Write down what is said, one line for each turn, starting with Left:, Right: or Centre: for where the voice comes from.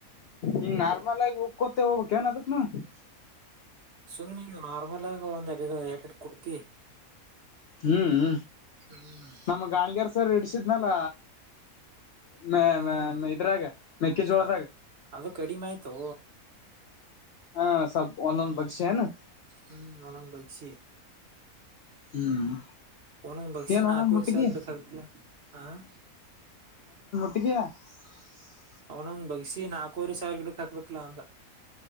Left: ಹಂಗ ನಾರ್ಮಲ್ ಆಗಿ ಉಕೋತೇ ಹೋಗ್ಕ್ ಏನ್ ಅದಕ್ನು ಹ
Right: ಸುಮ್ ನೀಗ ನಾರ್ಮಲ್ ಆಗ ಒಂದ್ ಎರ ಎರರಡು ಕುಡ್ತಿ
Left: ಹ್ಮ್
Right: ಹ್ಮ್
Left: ನಮ್ ಗಾಣಗ್ಯರ್ ಸರ್ ಇಡ್ಸಿದ್ನಲ್ಲ ಮ
Right: ಹ್ಮ್
Left: ಮ ಇದ್ರಾಗ ಮೆಕ್ಕೆಜೋಳದಾಗ
Right: ಅ- ಅದು ಕಡಿಮೆ ಆಯ್ತು
Left: ಹಾ ಸ್ವಲ್ಪ ಒಂದೊಂದ್ ಬಕ್ಷಿ ಏನು?
Right: ಹ್ಮ್ ಒಂದೊಂದ್ ಬಗ್ಸಿ
Left: ಹ್ಮ್
Right: ಒನೊಂದ್ ಬಗ್ಸಿ
Left: ಏನ್
Right: ನಾಲ್ಕು
Left: ಒಂದೊಂದ್ ಮುಟ್ಟಿಗೆ
Right: ವರ್ಷ ಅವರ ಕಡೆಕ್ ಹಗ್ಕ್ಲ ಹ
Left: <unintelligible>
Right: ಅವನೊಂದ ಬಗ್ಸಿ ನಾಕೂವರೆ ಸಾವಿರ ಗಿಡಕ್ ಹಾಕ್ಬೇಕಲಾ ಅಂದ.